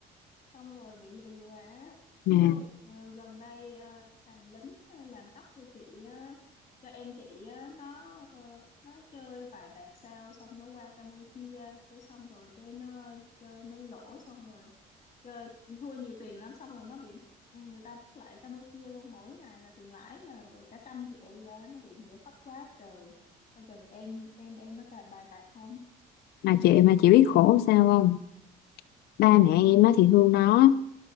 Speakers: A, on the left (about 40°); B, on the left (about 70°).
A: xong rồi bị lừa á
B: mà
A: ê ờ, gần đây ờ, thằng lính ờ, làm tóc cho chị á, cho em chị á, nó ờ, nó chơi vài bạc sao xong nó qua Campuchia cái xong rồi cái nó chơi nó lỗ xong rồi chơi thua nhiều tiền lắm xong rồi nó bị người ta bắt lại Campuchia luôn mỗi ngày là tiền lãi là cả trăm triệu ra nó bị nghĩa phát quá trời coi chừng em em em nó cà bài bạc không
B: mà chị mà chị biết khổ sao không ba mẹ em á thì thương nó